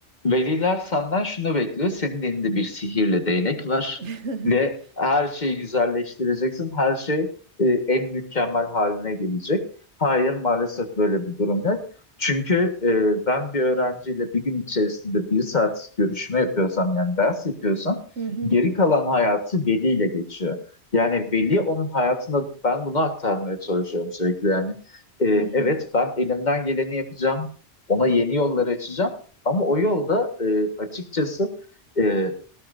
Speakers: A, on the left; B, on the right.
A: veliler senden şunu bekliyor. Senin elinde bir sihirli değnek var
B: <laughs>
A: ve her şeyi güzelleştireceksin. Her şey e, en mükemmel haline gelecek. Hayır, maalesef böyle bir durum yok. Çünkü e, ben bir öğrenciyle bir gün içerisinde bir saat görüşme yapıyorsam yani ders yapıyorsam
B: Hı hı.
A: geri kalan hayatı veliyle geçiyor. Yani veli
B: Evet.
A: onun hayatında ben bunu aktarmaya çalışıyorum sürekli yani. E,
B: Hı hı.
A: evet ben elimden geleni yapacağım. Ona yeni yollar açacağım. Ama o yolda e, açıkçası e,